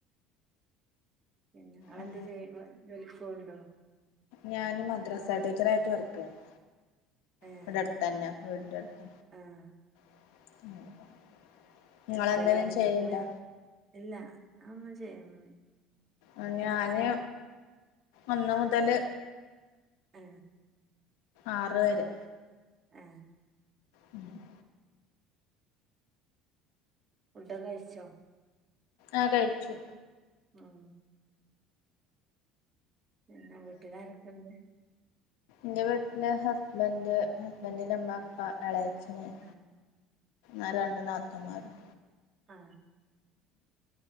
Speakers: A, on the right; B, on the left.
A: പിന്നെ ങ്ങളെന്താ
B: ഉം
A: ചെയ്യ്ണ് ജോലിക്കോവ്ണ്ടോ
B: ഞാൻ മദ്രസ ടീച്ചറായിട്ട് വർക്കെയ്യാണ്
A: ഏഹ്
B: ഇവിടെ അടുത്തെന്നാ വീടിൻ്റട്ത്ത്
A: ആഹ്
B: <unintelligible> നിങ്ങളെന്തേലും
A: എത്രയിലാ പഠിപ്പിക്ക്ണ്.
B: ചെയ്യണ്ടോ
A: ഇല്ല, ഞാ ഒന്നും ചെയ്യ് <inaudible>
B: ആ ഞാന് ഒന്ന് മുതല്
A: ആ
B: ആറ് വരെ
A: ഏ
B: ഉം <inaudible>
A: ഫുഡ്ഡെക്കെ കയ്ച്ചോ?
B: ആ കഴിച്ചു
A: ഉം ന്ന വീട്ടിലാരെക്കണ്ട്
B: ന്റെ വീട്ടില് ഹസ്ബെൻ്റ്, ഹസ്ബെന്റിൻ്റെ ഇമ്മ, ഇപ്പ, എളെ <unintelligible>
A: ആ
B: ആ രണ്ട് നാത്തൂന്മാരും
A: ആ